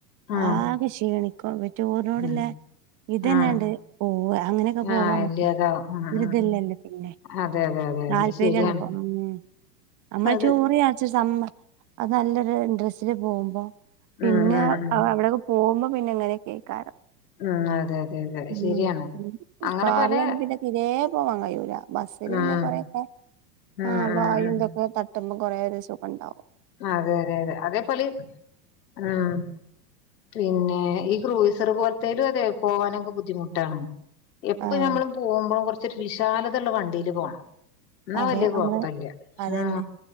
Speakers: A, on the left; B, on the right.
A: ഉം
B: ആകെ ക്ഷീണിക്കും റ്റൂറിനോട്ല്ലെ
A: ഉം
B: ഇതന്നാണ്ട്
A: ആഹ്
B: പോവ അങ്ങനെയൊക്കെ പോവാ
A: ആഹ്
B: നമ്മക്ക്
A: ഇല്ല്യതാവും ഉം
B: വെറുതല്ലല്ലേ
A: ഉം ഉം
B: പിന്നെ
A: അതെ അതെ അതെ
B: താല്പര്യാണ്
A: അതെ ശരിയാണ്
B: പോണം നമ്മള്
A: അതെ
B: ടൂറ് ചാരിച് <unintelligible> അത് നല്ലൊരു ഇൻഡ്രസ്സില് പോകുമ്പോ പിന്നെ
A: ഉം ഉം ഉം
B: അവിടെ പോകുമ്പോ പിന്നെ ങ്ങനെക്കയ്ക്കാരം
A: ഉം അതെ അതെ അതെ
B: ഉം
A: ശരിയാണ് അങ്ങനെ
B: കാറിലൊന്നും
A: പലേ
B: പിന്നെ തിരേ പോവാൻ കഴിയൂല ബസ്സില്
A: ഉം
B: പിന്നെ കൊറെയൊക്കെ
A: ഉം
B: ആ
A: ഉം
B: വായുന്തൊക്കെ
A: ഉം
B: തട്ട് ട്ടുമ്പോ കുറേ ഒരു സുഖണ്ടാവും
A: അതെ അതെ അതെ അതേപോലെ ഉം പിന്നെ ഈ ഗ്രൂയിസർ പോലത്തലും അതെ പോവാനൊക്കെ ബുദ്ധിമുട്ടാണ് എപ്പം
B: ആഹ്
A: ഞമ്മളും പോകുമ്പോഴും കുറച്ച് തൊരു വിശാലതുള്ള വണ്ടിയില് പോണം എന്നാ
B: അതെ
A: വല്യയ
B: നമ്മള്
A: കൊഴപ്പില്ല
B: അതന്നെ
A: ആ